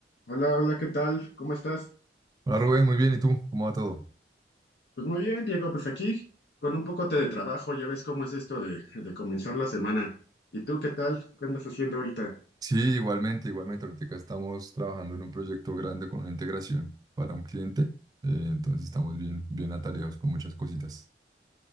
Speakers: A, on the left; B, on the right.
A: Hola, hola, ¿qué tal? ¿Cómo estás?
B: Hola Rubén, muy bien. ¿Y tú? ¿Cómo va todo?
A: Pues muy bien, Diego, pues aquí con un poco de trabajo, ya ves cómo es esto de, de comenzar la semana. ¿Y tú qué tal? ¿Qué andas haciendo ahorita?
B: Sí, igualmente, igualmente. Ahorita estamos trabajando en un proyecto grande con una integración para un cliente. eh, entonces estamos bien, bien atareados con muchas cositas.